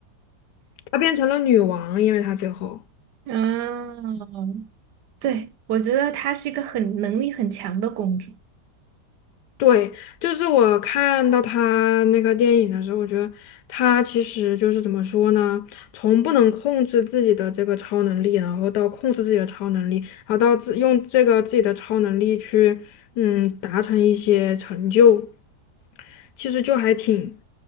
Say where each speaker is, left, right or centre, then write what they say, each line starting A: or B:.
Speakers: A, on the left; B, on the right.
A: 她变成了女王，因为她最后，
B: 嗯，对，我觉得她是一个很能力很强的公主，
A: 对，就是我看到她那个电影的时候，我觉得她其实就是怎么说呢，从不能控制自己的这个超能力，然后到控制自己的超能力，然后到自用这个自己的超能力去，嗯，达成一些成就。其实就还挺，